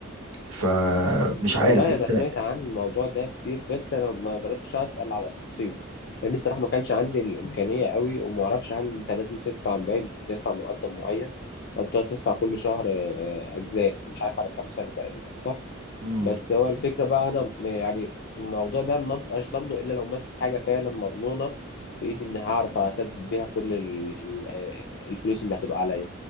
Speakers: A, on the right; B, on the left.
A: فمش عارف
B: والله
A: انت
B: أنا سمعت عن الموضوع ده كتير بس أنا ما جربتش أسأل على تفاصيله لأن الصراحة ما كانش عندي الإمكانية قوي وما أعرفش هل أنت لازم تدفع باين أنت بتدفع مقدم معين أو بتقعد تدفع كل شهر آه، أجزاء مش عارف على كام سنة تقريبا صح؟
A: امم
B: بس هو الفكرة بقى أنا م- يعني الموضوع ده ما بقاش ضامنه إلا لو ماسك حاجة فعلا مضمونة في إيدي إن هعرف أسدد بيها كل ال- ال- آه، الفلوس اللي هتبقى عليا